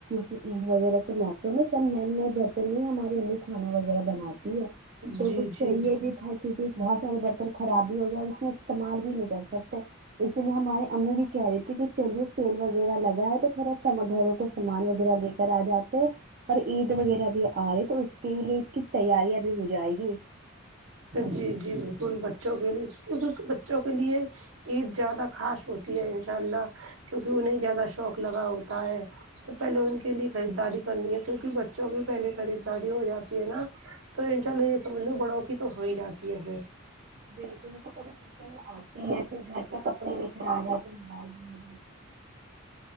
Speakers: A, on the right; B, on the right.
A: کی عید وغیرہ کے موقع میں سب نئی نئی برتن میں ہی ہماری امی کھانا وغیرہ بناتی ہے تو
B: جی
A: کچھ چاہیے
B: جی
A: بھی تھا کیونکہ بہت سارے برتن خراب بھی ہو گئے اور اس میں استعمال بھی نہیں کر سکتے اس لیے ہمارے امی بھی کہہ رہی تھی کہ چلیے سیل وغیرہ لگا ہے تو تھوڑا سامان گھروں کے سامان وغیرہ لے کر آ جاتے اور عید وغیرہ بھی آ رہی ہے تو اس کے لیے کچھ تیاریاں بھی ہو جائے گی
B: جی جی بالکل بچوں کے لیے کیونکہ بچوں کے لیے عید زیادہ خاص ہوتی ہے ان شاء اللہ کیونکہ انہیں زیادہ شوق لگا ہوتا ہے تو پہلے ان کے لیے خریداری کرنی ہے کیونکہ بچوں کی پہلے خریداری ہو جاتی ہے نا تو ان شاء اللہ یہ سمجھ لو بڑھوں کی تو ہو ہی جاتی ہے پھر
A: بالکل ان کو کبھی پسند آتی ہے پھر گھر پہ کپڑے لے کر آ جاتے موبائل میں